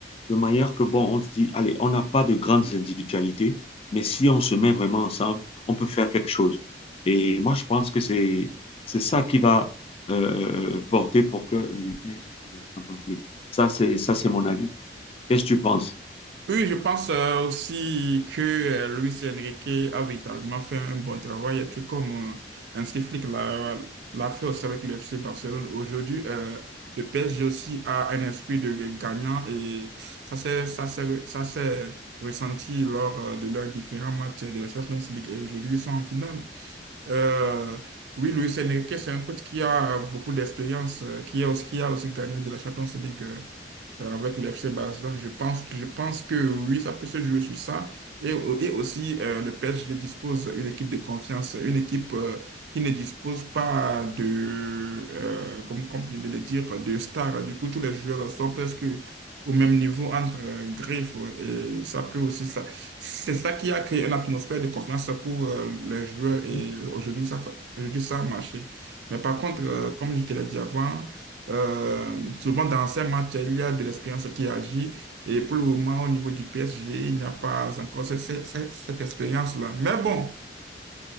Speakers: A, on the left; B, on the right.
A: de manière que, bon, on se dit, allez, on n'a pas de grandes individualités, mais si on se met vraiment ensemble, on peut faire quelque chose. Et moi, je pense que c'est c'est ça qui va euh, euh, porter pour que euh, le PSG gagne la Champions League. Ça, c'est ça, c'est mon avis, quoi. Qu'est-ce que tu penses?
B: Oui, je pense euh, aussi que euh, Luis Enrique a véritablement fait un bon travail, tout comme euh, un Flick l'a l'a fait aussi avec le FC Barcelone. Aujourd'hui, euh, le PSG aussi a un esprit de gagnant et ça s'est ça s'est- ça s'est ressenti lors euh, de leurs différents matchs de la Champions League et aujourd'hui ils sont en finale. Euh, oui, Luis Enrique, c'est un coach qui a beaucoup d'expérience, euh, qui a aussi, qui a aussi gagné de la Champions League euh, euh, avec le FC Barcelone. Je pense, que- je pense que oui, ça peut se jouer sur ça. Et, et aussi, euh, le PSG dispose d'une équipe de confiance, une équipe euh, qui ne dispose pas de, euh, comme, comme tu viens de le dire, de stars. Du coup, tous les joueurs sont presque au même niveau entre euh, griffes. Et ça peut aussi, ça, c'est ça qui a créé une atmosphère de confiance pour euh, les joueurs. Et
A: Oui,
B: aujourd'hui, ça, aujourd'hui, ça a marché. Mais par contre, euh, comme je te l'ai dit avant, euh, souvent dans ces matchs, il y a de l'expérience qui agit et pour le moment, au niveau du PSG, il n'y a pas encore cette cette ce- cette, expérience-là. Mais bon,